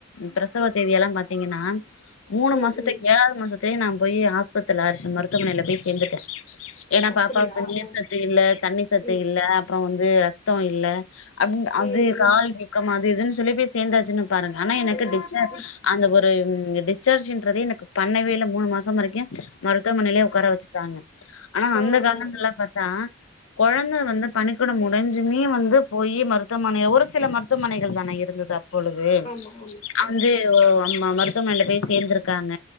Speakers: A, on the left; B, on the left.
A: பிரசவ தேதிய எல்லா பாத்திங்கன்னா மூணு
B: ம்
A: மாசத்துக்கு
B: ம்
A: ஏழாவது மாசத் கே நா போயி ஆஸ்பத்தர்ல மருத்துவமனைல போய் சேர்துட்டே ஏனா
B: அப்படியா
A: பாப்பாக்கு நீர்
B: ஆ
A: சத்து இல்ல தண்ணி சத்து
B: ம்
A: இல்ல அப்றோ வந்து ரத்தோ இல்ல அப்புன் அது
B: ம் ம்
A: கால் வீக்கம் அது இதுன் சொல்லி போய் சேந்தாச்சுன்னு பாருங்க ஆனா எனக்கு
B: ம்
A: டி
B: ம்
A: அந்த ஒரு டிச்சார்ஜின்றதே எனக்கு பண்ணவேல மூணு மாசோ வரைக்கும் மருத்துவமனைலே உக்கார வெச்சுட்டாங்க ஆனா அந்த
B: ஆ
A: காலங்கள்ல
B: ஆ
A: பாத்தா கொழந்த வந்து பனிக்கூடம் உடஞ்சுமே வந்து போயி மருத்துவமனைல ஒரு சில மருத்துவமனைகள் தான இருந்தது அப்ப பொழுது
B: ஆமா ஆமா
A: அந்து
B: ஆமா
A: அம் அம் மருத்துவமனைல போய் சேந்துருக்காங்க